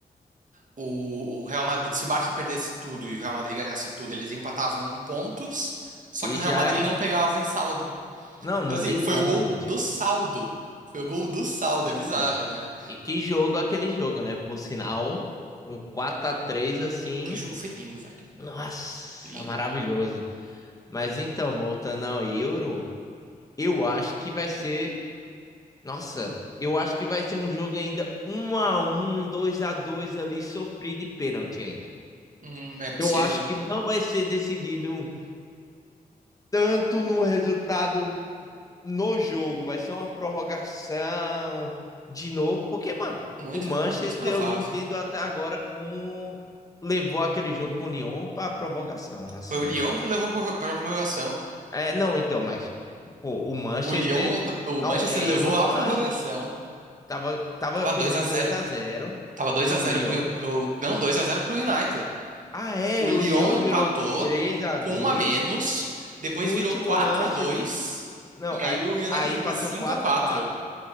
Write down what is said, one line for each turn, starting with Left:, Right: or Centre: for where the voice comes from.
Right: o, o Real Madrid, se o Barça perdesse tudo e o Real Madrid ganhasse tudo, eles empatavam em pontos, só
Left: E
Right: que o
Left: já.
Right: Real Madrid não pegava em saldo.
Left: Não, não
Right: Então, assim,
Left: tem como,
Right: foi o gol
Left: tipo.
Right: do saldo. Foi o gol do saldo, é bizarro,
Left: Não.
Right: né?
Left: E que jogo é aquele jogo, né? Por sinal, um quatro a três assim.
Right: Aquele jogo foi lindo, velho.
Left: Nossa,
Right: Lindo.
Left: maravilhoso. Mas então, voltando ao Euro, eu acho que vai ser. Nossa, eu acho que vai ser um jogo ainda um a um dois a dois ali, sofrido de pênalti ainda.
Right: Hum, é possível.
Left: Eu acho que não vai ser decidido tanto no resultado no jogo, vai ser uma prorrogação de novo, porque, mano,
Right: Muito,
Left: o Manchester
Right: muito provável.
Left: eu não entendo até agora como levou aquele jogo com o Lyon para prorrogação, assim.
Right: Foi o Lyon que levou pra- para a prorrogação.
Left: É, não, então, mas pô, o Manchester
Right: O Lyon, o
Left: não
Right: Manchester
Left: é
Right: levou
Left: erro do
Right: a
Left: Manchester.
Right: prorrogação.
Left: Tava tava
Right: Tava
Left: perdendo
Right: 2 a 0,
Left: 2 a zero
Right: tava 2
Left: pro
Right: a zero
Left: Lyon.
Right: pro, pro, não, 2 a zero pro United.
Left: Ah, é,
Right: O Lyon
Left: o Lyon
Right: empatou
Left: virou 3 a 2
Right: com um a menos, depois
Left: no último
Right: virou 4
Left: lance
Right: a 2
Left: do go- não,
Right: e aí
Left: a
Right: o United
Left: aí
Right: virou
Left: empatou
Right: pra 5
Left: quatro
Right: a 4.
Left: a quatro